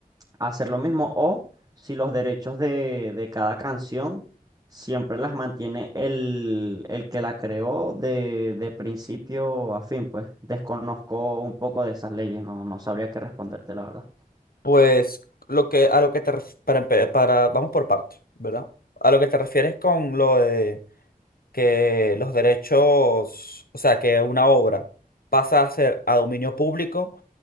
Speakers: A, on the right; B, on the left.
A: hacer lo mismo o si los derechos de, de cada canción siempre las mantiene el, el que la creó de, de principio a fin, pues desconozco un poco de esas leyes, no, no sabría qué responderte, la verdad.
B: Pues lo que a lo que te ref- para, empe- para vamos por partes, ¿verdad? A lo que te refieres con lo de que los derechos, o sea, que una obra pasa a ser a dominio público,